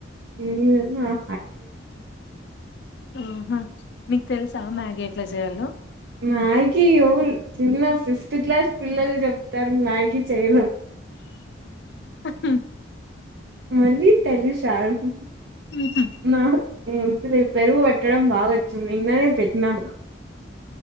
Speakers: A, on the right; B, on the left.
A: ఏమి చేత్తున్నావ్
B: మ్మ్ హ్మ్ మీకు తెలుసా మ్యాగీ ఎట్లా చేయాలో
A: మ్యాగీ చిన్న ఫిఫ్త్ క్లాస్ పిల్లలు చెప్తారు మ్యాగీ చేయడం
B: ్హ్హ్
A: మళ్లీ <unintelligible>
B: ఉహు.
A: పెరుగు పెట్టడం బావొచ్చు నిన్ననే పెట్ నా